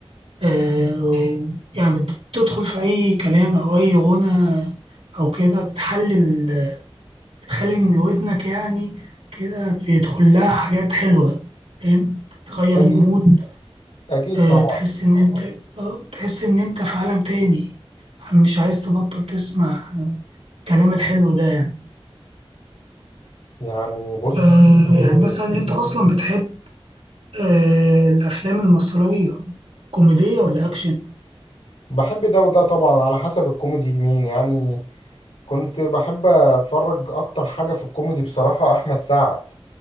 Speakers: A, on the right; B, on the left.
A: آه و- يعني بتدخل في أي كلام أو أي غنى أو كده بتحلل بتخلي إن ودنك يعني كده بيدخل لها حاجات حلوة فاهم تغير
B: اكيد
A: المود
B: اكيد
A: آه،
B: طبعا
A: تحس إن أنت آه تحس إن أنت في عالم تاني مش عايز تبطل تسمع الكلام الحلو ده يعني
B: يعني بص
A: آه،
B: آه،
A: يعني مثلا أنت أصلا بتحب آه، الأفلام المصرية كوميدية ولا أكشن؟
B: بحب ده وده طبعا على حسب الكوميدي مين يعني كنت بحب اتفرج اكتر حاجة في الكوميدي بصراحة احمد سعد